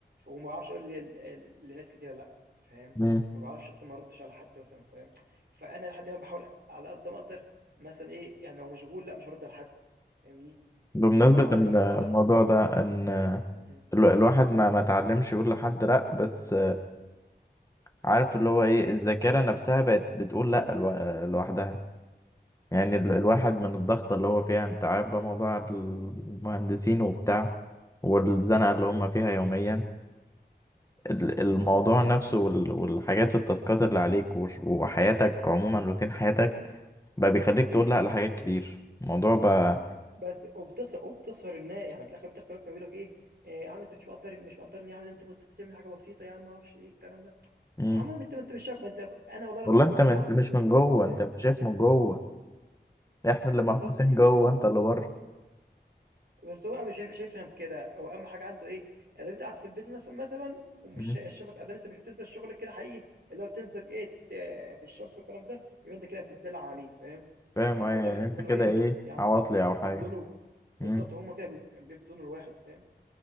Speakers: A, on the right (about 65°); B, on the left (about 20°).
A: وما باعرفش أقول ل ل لناس كتيرة لأ، فاهم،
B: مم.
A: ما باعرفش أصلًا ما أردش على حد مثلًا فاهم، فأنا لحد ما باحاول على قد ما أقدر مثلًا إيه، يعني لو مشغول لأ، مش هارُد على حد فاهمني،
B: بمناسبة
A: باحاول على
B: إن
A: على قد
B: الموضوع
A: ما أقدر.
B: ده ان
A: إمم،
B: ال- الواحد ما ما اتعلمش يقول لحد لا بس عارف اللي هو ايه الذاكرة نفسها بقت بتقول لا لو- لوحدها يعني ال- الواحد من الضغط اللي هو فيها انت عارف بقى موضوع المهندسين وبتاع والزنقة اللي هم فيها يوميا ال- الموضوع
A: إمم، إمم، إمم.
B: نفسه وال- والحاجات التاسكات اللي عليك وش- وحياتك عموما روتين حياتك بقى بيخليك تقول لا لحاجات كتير الموضوع بقى
A: بس وبتخسر وبتخسر النا يعني في الآخر بتخسر الناس لمّا بيقولوا لك إيه، إيه "يا عم أنت مش مقدّر مش مقدّرني يا عم، ده أنت كنت بتعمل حاجة بسيطة يا عم." ما أعرفش إيه الكلام ده،
B: مم.
A: "يا عم ما أنت ما أنت مش شايف ما أنت" أنا والله لو
B: والله
A: كنت
B: انت
A: في وضع
B: من- انت مش من جوه
A: فاهم،
B: انت مش شايف من جوه احنا اللي
A: بالضبط.
B: محبوسين جوه انت اللي بره
A: بس هو مش شايف شايف فاهم كده هو اهم حاجه عنده ايه يعني انت قاعد في البيت مثلا مثلا ومش
B: مم.
A: شا- شايفك ادام انت مش بتنزل شغلك كده حقيقي اللي هو بتنزل ايه ت- في الشمس والكلام ده يبقى انت كده بتدلع عليه فاهم
B: فاهم
A: فالموضوع
B: ايه يعني
A: بالنسبه
B: انت كده
A: له ايه
B: ايه
A: يعني
B: عواطلي
A: بيبد-
B: او حاجة
A: بيبدونه بالظبط
B: مم.
A: هما كده بيب- يعني بيبدونوا الواحد فاهم